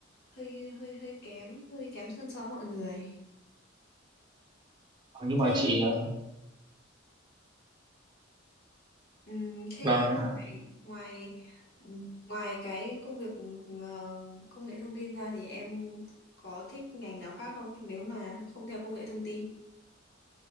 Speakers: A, on the left; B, on the right.
A: hơi hơi hơi kém hơi kém hơn so với mọi người
B: nhưng
A: thế
B: mà chị ờ,
A: Ừm, thế
B: vâng
A: ngoài ngoài ngoài cái công việc ờ, công nghệ thông tin ra thì em có thích ngành nào khác không nếu mà không theo công nghệ thông tin?